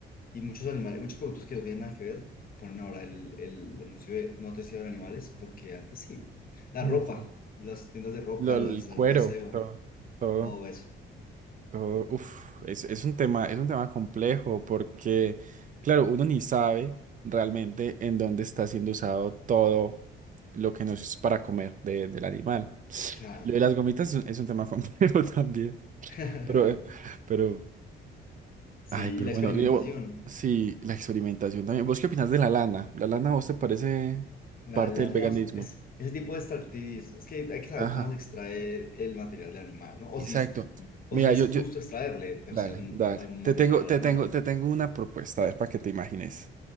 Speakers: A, on the left; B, on the right.
A: Y muchos animales, muchos productos que no tienen nada que ver, ponen ahora el, el anuncio de no testearon animales, porque antes sí. La
B: Ujú.
A: ropa, las tiendas de ropa,
B: Lo-
A: los,
B: el
A: el
B: cuero,
A: aseo,
B: todo, todo,
A: todo eso.
B: todo. Uf, es, es un tema, es un tema complejo porque, claro, uno ni sabe realmente en dónde está siendo usado todo lo que nos es para comer de- del animal.
A: Claro.
B: Lo de las gomitas es un, es un tema complejo <laughs> también.
A: <laughs>
B: Pero, eh, pero,
A: Sí,
B: ay, pero
A: y la experimentación.
B: bueno, yo- sí, la experimentación también. ¿Vos qué opinás de la lana? ¿La lana a vos te parece
A: La,
B: parte
A: la-
B: del
A: digamos,
B: veganismo?
A: es- ese tipo de extractivismo. Es que hay que saber
B: Ajá,
A: cómo se extrae el material del animal, ¿no? O
B: exacto.
A: si es, o
B: Mira,
A: si es
B: yo, yo,
A: justo extraerle per
B: dale,
A: se un-
B: dale.
A: algún material
B: Te tengo,
A: al
B: te
A: animal.
B: tengo, te tengo una propuesta, a ver, para que te imagines.